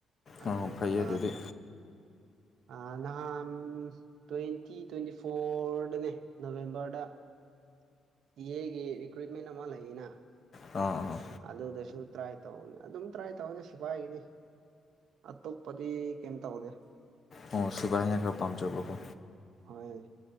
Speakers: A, on the right; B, on the left.
A: ꯑꯗꯨꯒ
B: ꯑꯣ ꯐꯩꯌꯦ ꯑꯗꯨꯗꯤ
A: ꯑ ꯅꯍꯥꯟ ꯇ꯭ꯋꯦꯟꯇꯤ ꯇ꯭ꯋꯦꯟꯇꯤ ꯐꯣꯔꯗꯅꯦ ꯅꯕꯦꯝꯕꯔꯗ ꯏ ꯑꯦꯒꯤ ꯔꯤꯀ꯭ꯔꯨꯏꯠꯃꯦꯟ ꯑꯃ ꯂꯩꯌꯦꯅ
B: ꯑꯥ ꯑꯥ
A: ꯑꯗꯨꯗꯁꯨ ꯇ꯭ꯔꯥꯏ ꯇꯧꯕꯅꯦ ꯑꯗꯨꯝ ꯇ꯭ꯔꯥꯏ ꯇꯧꯕꯗ ꯁꯤꯐꯥꯏꯒꯤꯅꯤ ꯑꯠꯇ ꯄꯔꯤ ꯀꯝ ꯇꯥꯎꯗꯦ
B: ꯑꯣ ꯁꯤꯕꯥ ꯍꯉ ꯈꯔ ꯄꯥꯝꯖꯕꯕꯣ
A: ꯍꯣꯏ